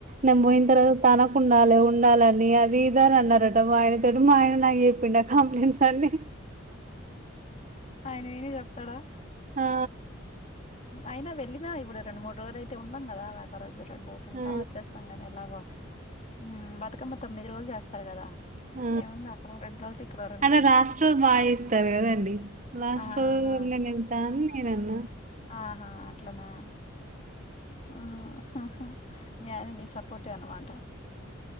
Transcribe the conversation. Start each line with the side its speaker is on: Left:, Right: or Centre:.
Right: నేను పోయిన
Left: ఆ
Right: తర్వాత తన ఉండాలే ఉండాలే అని అది ఇదా అని అన్నారట మా ఆయనతోటి మా ఆయన నాకు చెప్పిండు అ కంప్లైంట్స్ అన్ని
Left: ఆయన విని చెప్తాడా
Right: ఆ
Left: అయినా వెళ్ళినా ఇప్పుడు రెండు మూడు రోజులు అయితే ఉండాం కదా ఒక రోజు రెండు రోజులు ఉంటాం
Right: ఆ
Left: వచ్చేస్తాం కదా ఎలాగో మ్మ్ బతుకమ్మ తొమ్మిది రోజులు చేస్తారు కదా
Right: ఆ
Left: ఏముంది అక్కడొ రెండు రోజులు ఇక్కడొ రెండు
Right: అంటే
Left: రోజులు
Right: లాస్ట్ రోజు బాగా చేస్తారు కదండి లాస్ట్
Left: ఆహా
Right: రోజు నేను వెళ్తా అని నేను అన్నా
Left: ఆహా అట్లనా ఆ హ హ మీ ఆయన నీ సపోర్టే అనమాట